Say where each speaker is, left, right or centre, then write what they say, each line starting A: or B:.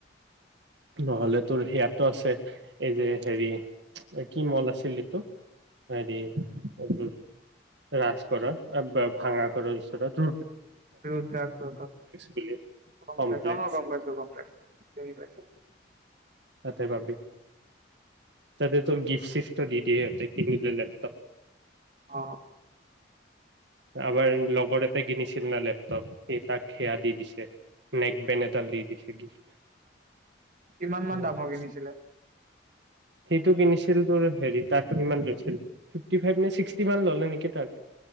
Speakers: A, on the right (about 65°); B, on the right (about 45°).
A: নহ'লে তোৰ সেয়াতো আছে, এই যে হেৰি কি মল আছিল, এইটো হেৰি এম ৰা্স কৰা ভাঙা <unintelligible> ঘৰৰ ওচৰৰ টো।
B: বিজ জাগছো
A: বুলি
B: কম্প্লে
A: কমপ্লেক্স
B: অ কম্পছো কম্প্লে পাই <unintelligible>
A: তাতে পাবি, তাতে তোৰ গিফ্ট চিফ্টটো দি দিয়ে। সিহঁতে কিনিলে লেপটপ।
B: অহ।
A: আমাৰ লগৰ এটাই কিনিছিল ন লেপটপ। সি তাক সেয়া দি দিছে। নেক বেন এডাল দি দিছে গিফ্ট।
B: কিমান মান
A: অহ
B: দামৰ কিনিছিলে
A: সেইটো কিনিছিল তোৰ হেৰি তাৰ টো মোৰ কিমান লৈছিল, ফিফটি ফাইভ নে ছিক্সটি মান ললে নেকি তাৰ